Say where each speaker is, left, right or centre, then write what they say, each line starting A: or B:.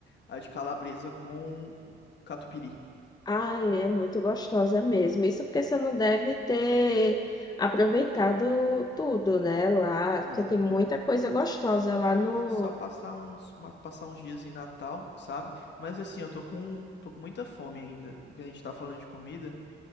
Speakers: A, on the left; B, on the left.
A: a de calabresa com catupiry.
B: ai, é muito gostosa mesmo. Isso porque você não deve ter aproveitado tudo, né? Lá,
A: Não,
B: porque tem muita
A: é.
B: coisa gostosa lá
A: É porque
B: no.
A: eu fui só passar uns, ma- passar uns dias em Natal, sabe? Mas assim, eu tô com, tô com muita fome ainda. A gente tá falando de comida,